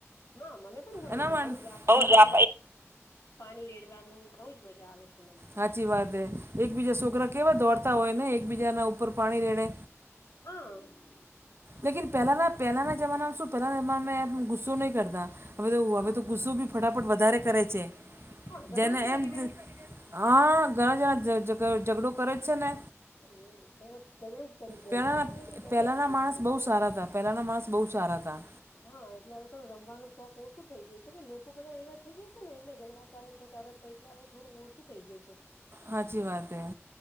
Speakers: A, on the left (about 85°); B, on the right (about 55°).
A: હા મને પણ ગમે
B: એના
A: છે
B: માટે
A: બહુ જ આપ એકબીજાને
B: આ-
A: પાણી રેડવાનું ને બહુ જ મજા આવે છે. મને.
B: હાચી વાત હે. એકબીજા
A: હમ્મ.
B: સોકરા કેવા દોડતા હોય ને એક બીજાના ઉપર પાણી રેડે.
A: હહ
B: લેકીન પહેલાના પહેલાના જમાનામાં શું પહેલાના જમાના માં ગુસ્સો નહી કરતા. હવે તો
A: હા
B: હવે તો ગુસ્સો બી ફટાફટ વધારે કરે છે.
A: હા ઝઘડો
B: જેને
A: બી કરી
B: એમ
A: જાય ને.
B: <inaudible> હા ઘણા જણા જ જ ઝઘડો કરે જ છે ને.
A: હમ હમ તરત ઝગડો જ કરી દે
B: પહેલાંના
A: ને એટલે આપણે મજા
B: પહેલાંના
A: નથી
B: માણસ
A: આવતી.
B: બહુ સારા તા. પહેલાંના માણસ બહુ
A: હમ
B: સારા તા.
A: હા એટલે હવે તો રમવાનો શોખ ઓછું થઈ ગયો છે. કે લોકો બધા એવા થઈ ગયા છે ને એટલે ઝઘડા કરે છે તરત. તો એટલે હવે થોડું ઓછું થઇ ગયું છે.
B: હાચી વાત હૈ.